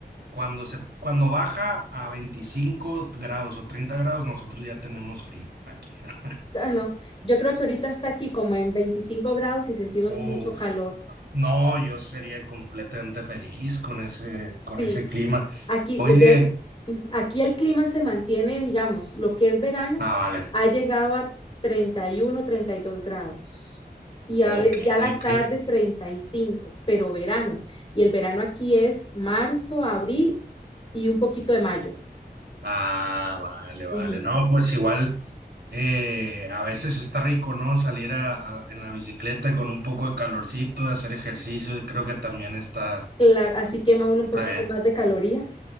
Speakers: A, on the right; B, on the left.
A: cuando se, cuando baja a 25 grados o 30 grados, nosotros ya tenemos frío aquí. <laughs>
B: Ah, no, yo creo que ahorita está aquí como en 25 grados y sentimos
A: Uf.
B: mucho calor.
A: No, yo sería completamente feliz con ese, con
B: Sí,
A: ese clima.
B: aquí,
A: Oye,
B: eh, de, aquí el clima se mantiene, digamos, lo que es verano
A: ah, vale,
B: ha llegado a 31, 32 grados y
A: ok,
B: a ve- ya la
A: ok.
B: tarde 35, pero verano. Y el verano aquí es marzo, abril y un poquito de mayo.
A: Ah, vale, vale.
B: Ujú.
A: No, pues igual eh, a veces está rico, ¿no? Salir a, a- en la bicicleta con un poco de calorcito, hacer ejercicio, creo que también está,
B: Claro, así quema uno un
A: está
B: poquito
A: bien.
B: más de calorías,